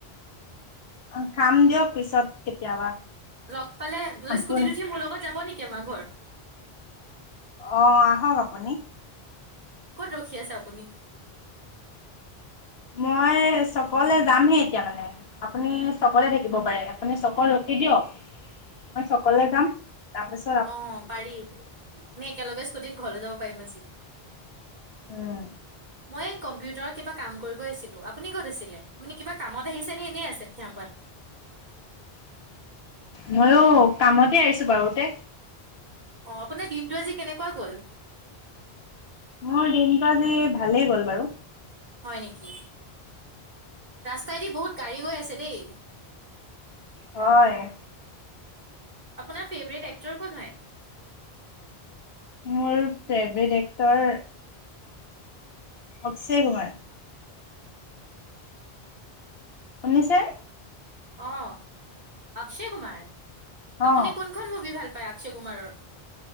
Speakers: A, on the left; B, on the right.
A: অ', খাম দিয়ক পিছত। কেতিয়াবা।
B: লগ পালে বোলে
A: আপুনি
B: স্কুটি উঠি মোৰ লগত যাব নেকি। কেমাৰ ঘৰ?
A: অঁ, আহক আপুনি।
B: ক'ত ৰখি আছে আপুনি।
A: মই চ। কলে যামহে এতিয়া মানে আপুনি। চ'কলে থাকিব পাৰে আপুনি, চ'কত ৰখি দিয়ক। মই চকলে যাম তাৰ পাছত।
B: অঁ, পাৰি আমি একেলগে স্কুটিত ঘৰলৈ যাব পাৰিম আজি।
A: উম।
B: মই কম্পিউট। গোটৰ কিবা কাম কৰিব আহিছিলো। আপুনি ক'ত আছিলে মানে কিবা কামত আহিছে নে এনেই আছে পিঠা পোৱাত।
A: মইও। কামতে আহিছো বাৰু তে।
B: অ আপোনাৰ দিনটো আজি কেনেকুৱা গ'ল?
A: মোৰ দিনটো আজি ভালেই গ'ল বাৰু।
B: হয় নেকি, ৰাস্তাইদি বহুত গাড়ী গৈ আছে দেই।
A: হয়।
B: আপোনাৰ ফেভৰেট এক্টৰ কোন হয়?
A: মোৰ favourite actor Akshay Kumar. খুনিছে।
B: অঁ, অক্ষয় কুমাৰ
A: অ
B: আপুনি কোনখন মুভি ভাল হয়, অক্ষয় কুমাৰৰ।